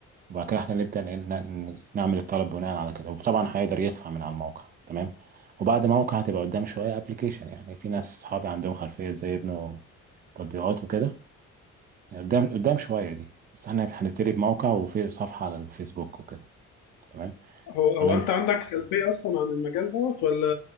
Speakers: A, on the right; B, on the left.
A: وبعد كده احنا نبدأ ن- ن- نعمل الطلب بناء على كده وطبعا هيقدر يدفع من على الموقع تمام وبعد موقع هتبقى قدام شوية ابلكيشن يعني في ناس صحابي عندهم خلفية زي يبنوا تطبيقات وكده يعني قدام قدام شوية دي بس احنا هنبتدي بموقع وفي صفحة على الفيسبوك وكده تمام
B: هو
A: ولا
B: هو
A: انت
B: انت عندك خلفية اصلا عن المجال دوت ولا